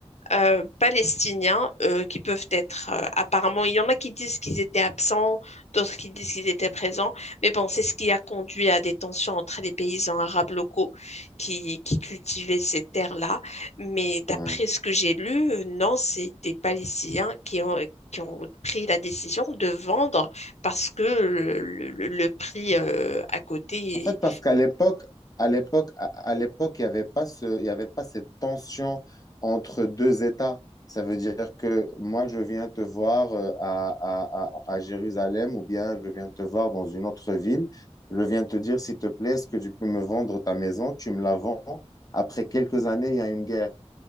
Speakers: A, on the left (about 85°); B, on the left (about 35°).
A: euh, palestiniens euh, qui peuvent être euh, apparemment, il y en a qui disent qu'ils étaient absents, d'autres qui disent qu'ils étaient présents, mais bon, c'est ce qui a conduit à des tensions entre les paysans arabes locaux qui, qui cultivaient ces terres-là. Mais d'après
B: Ouais.
A: ce que j'ai lu, euh, non, c'est des Palestiniens qui ont, qui ont pris la décision de vendre parce que le, le- le prix euh, à côté
B: En fait, parce qu'à l'époque, à l'époque, à à l'époque, il n'y avait pas ce, il y avait pas cette tension entre deux États. Ça veut dire que moi, je viens te voir euh, à, à, à, à Jérusalem ou bien je viens te voir dans une autre ville. Je viens te dire, s'il te plaît, est-ce que tu peux me vendre ta maison? Tu me la vends. Après quelques années, il y a une guerre.